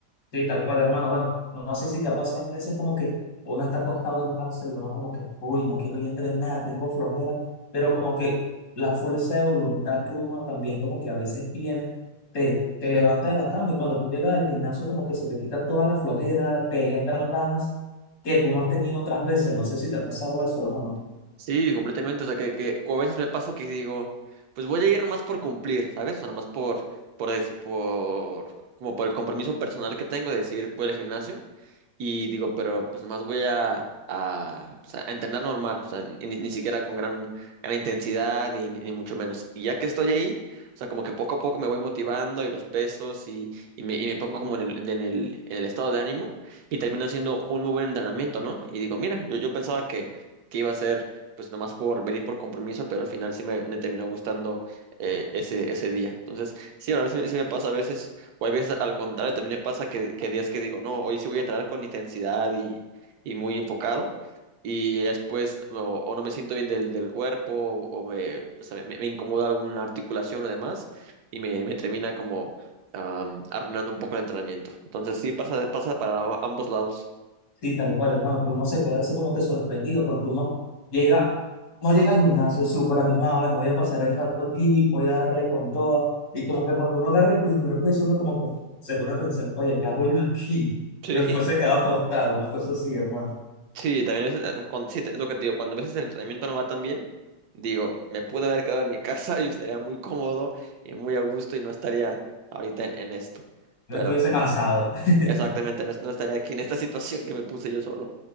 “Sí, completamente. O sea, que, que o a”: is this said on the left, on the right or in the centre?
Right